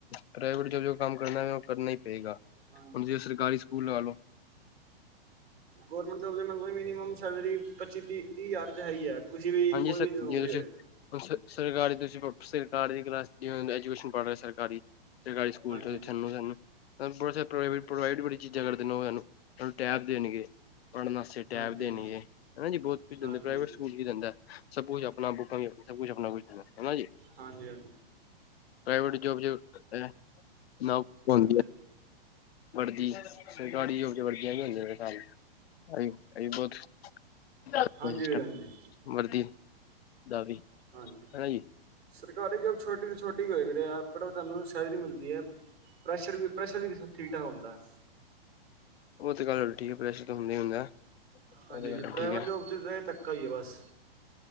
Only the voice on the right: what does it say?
ਹਾਂਜੀ
ਗਵਰਮੈਂਟ ਜੋਬ ਦੇ ਮਲ ਮਿਨੀਮਮ ਸੈਲਰੀ ਪੱਚੀ ਤੀ ਤੀਹ ਹਜ਼ਾਰ ਤੇ ਹੈ ਹੀ ਹੈ। ਕਿਸੀ ਵੀ
ਕੋਈ
ਵੀ ਨੌਕਰੀ
ਹੋਵੇ।
ਹਾਂਜੀ
ਹਾਂਜੀ
ਹਾਂਜੀ
ਹਾਂਜੀ
ਹਾਂਜੀ
ਹਾਂਜੀ
ਹਾਂਜੀ
ਹਾਂਜੀ ਵੀਰ ਹਾਂਜੀ
ਹਾਂਜੀ
ਸਰਕਾਰੀ ਜੋਬ ਛੋਟੀ ਤੇ ਛੋਟੀ ਹੋ ਆ ਯਾਰ, ਪਰ ਤੁਹਾਨੂੰ ਸੈਲਰੀ ਮਿਲਨੀ ਅ ਪ੍ਰੈਸ਼ਰ ਵੀ ਪ੍ਰੈਸ਼ਰ ਵੀ ਠੀਕ ਠਾਕ ਹੁੰਦਾ ਅ।
ਹਾਂਜੀ
ਜੀ, ਪ੍ਰਾਵੇਟ
ਜੋਬ 'ਚ ਤਾਂ ਇਹ ਧੱਕਾ ਈ ਏ ਬਸ।